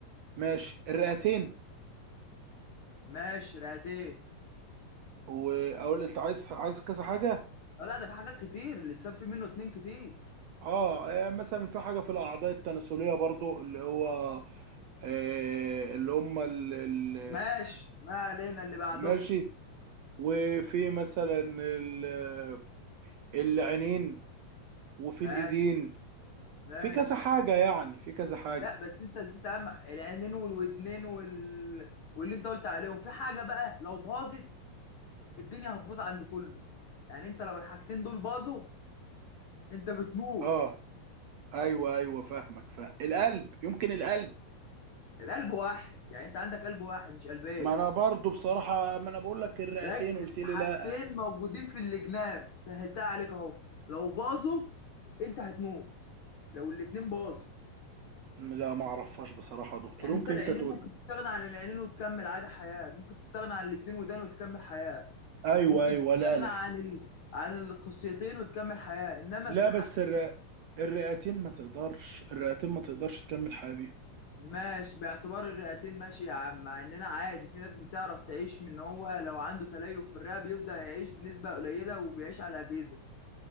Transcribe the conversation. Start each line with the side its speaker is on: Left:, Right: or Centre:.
Right: ماشي الرئتين
Left: ماشي رئتين
Right: واقول انت عايز عايز كذا حاجه
Left: آه، لا ده في حاجات كتير الانسان في منه اتنين كتير
Right: اه آه، مثلا في حاجه في الاعضاء التناسليه برضو اللي هو آه، اللي هم ال- ال-
Left: ماشي ما علينا اللي بعدهم
Right: ماشي وفي مثلا ال- العينين وفي
Left: ماشي
Right: الايدين
Left: ماشي
Right: في كذا حاجه يعني في كذا حاجه
Left: لا بس انت نسيت اهم العينين والودنين وال... واللي انت قلت عليهم في حاجه بقى لو باظت الدنيا هتبوظ عند كله يعني انت لو الحاجتين دول باظوا انت بتموت
Right: اه ايوه ايوه فاهمك فاهم القلب يمكن القلب
Left: القلب واحد يعني انت عندك قلب واحد مش قلبين
Right: ما انا برضو بصراحه ما انا بقول لك الرئتين
Left: ركز
Right: قلت لي
Left: حاجتين
Right: لا
Left: موجودين في الجناب سهلتها عليك اهو لو باظوا انت هتموت لو الاتنين باظوا
Right: لا ما اعرفهاش بصراحه يا دكتور
Left: يعني
Right: يمكن
Left: انت العينين
Right: انت تقول
Left: ممكن تستغنى عن العينين وتكمل عادي حياة ممكن تستغنى عن الاتنين ودان وتكمل حياة
Right: ايوه
Left: ممكن
Right: ايوه
Left: تستغنى
Right: لا لا
Left: عن ال... عن القصيتين وتكمل حياة انما
Right: لا
Left: في
Right: بس
Left: حاجتين
Right: الرئ... الرئتين ما تقدرش الرئتين ما تقدرش تكمل حياة بيهم
Left: ماشي باعتبار الرئتين ماشي يا عم مع اننا عادي في ناس بتعرف تعيش من هو لو عنده تليف في الرئة بيبدأ يعيش بنسبة قليلة وبيعيش على أجهزة